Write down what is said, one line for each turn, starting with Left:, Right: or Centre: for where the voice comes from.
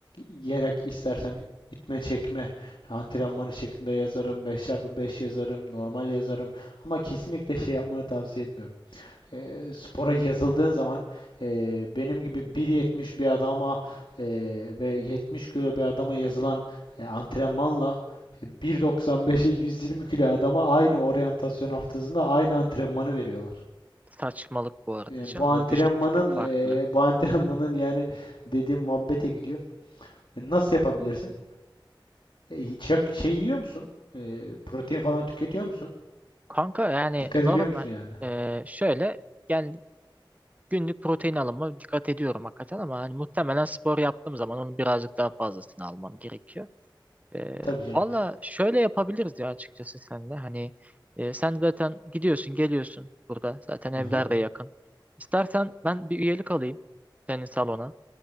Left: yerek istersen itme çekme antrenmanı şeklinde yazarım. Beş çarpı beş yazarım. Normal yazarım. Ama kesinlikle şey yapmanı tavsiye etmiyorum e, spora yazıldığın zaman e, benim gibi 1.70 bir adama e, ve 70 kilo bir adama yazılan e, antrenmanla e, 1.95'e 120 kilo adama aynı oryantasyon haftasında aynı antrenmanı veriyorlar.
Right: Saçmalık bu arada
Left: Yani
Right: canım.
Left: bu antrenmanın
Right: O vücut tipi farklı.
Left: e, bu antrenmanın yani dediğim muhabbete gidiyor. E, Nasıl yapabilirsin? E, çok şey yiyor musun? E, protein falan tüketiyor musun?
Right: Kanka yani
Left: Dikkat
Right: normal
Left: ediyor musun yani?
Right: e, şöyle yani günlük protein alımı dikkat ediyorum hakikaten ama hani muhtemelen spor yaptığım zaman onun birazcık daha fazlasını almam gerekiyor. Ee,
Left: Tabii canım.
Right: valla şöyle yapabiliriz ya açıkçası senle. Hani e, sen zaten gidiyorsun geliyorsun burada. Zaten evler
Left: Aha.
Right: de yakın. İstersen ben bir üyelik alayım senin salona.